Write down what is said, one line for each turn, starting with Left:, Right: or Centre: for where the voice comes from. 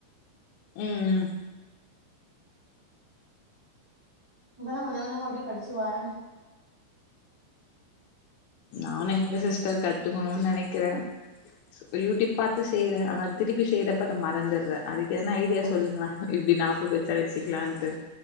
Left: ம் ம்
Right: இப்பதா கொஞ்ச கொஞ்சமா அப்டியே படிச்சு வாறே
Left: நானு எங்க சிஸ்டர் கத்துக்கனோனு நெனைக்குற சு யூ டியூப் பாத்து செய்ற ஆனா திருப்பி செய்றப்ப அத மறந்துட்ற அதுக்கு என்ன ஐடியா சொல்லுங்ள இப்டி நாப்பு த்துல வெச்சிக்கலான்ட்டு